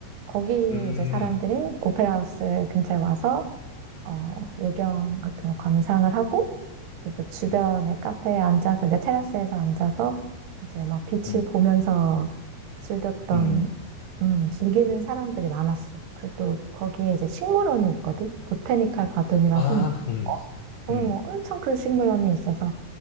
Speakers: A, on the right; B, on the left.
A: 거기
B: 음,
A: 이제 사람들이 오페라 하우스 근처에 와서 어, 외경 같은 거 감상을 하고 그리고 주변에
B: 음,
A: 카페에 앉아서 이제 테라스에서 앉아서 이제 막 빛이
B: 음,
A: 보면서 즐겼던
B: 음.
A: 음, 즐기는 사람들이 많았어. 그래도 거기에 이제 식물원이 있거든? 보테니컬 가든이라고.
B: 아, 음,
A: 어, 어,
B: 음.
A: 엄청 큰 식물원이 있어서.